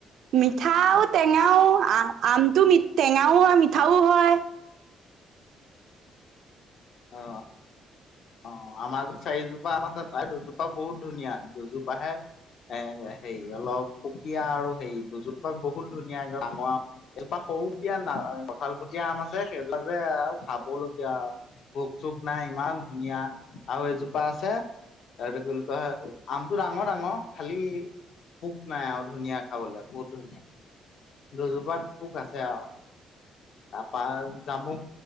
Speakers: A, on the right; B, on the left.
A: মিঠাও-টেঙাও, আমটো টেঙাও হয় মিঠাও হয়।
B: অঁ। অঁ আমাৰো চাৰিজোপা আম আছে তাই দুজোপা- বহুত ধুনীয়া, দুজোপা আহে এ হেৰি অলপ পুকীয়া আৰু হেৰি দুজোপা। বহুত ধুনীয়া এক ডাঙৰ, এপা সৰুকিয়া ন কঠালকুটীয়া আম আছে। সেইবিলা যে আৰু খাবলগীয়া ভোক -চোক নাই ইমান- ধুনীয়া আৰু এজোপা আছে তাৰ কি বুলি কয় আমটো ডাঙৰ ডাঙৰ খালি- পোক নাই আৰু ধুনীয়া খাবলৈ বহুত ধুনীয়া। দুজোপাত পোক আছে আৰু। পা জামুক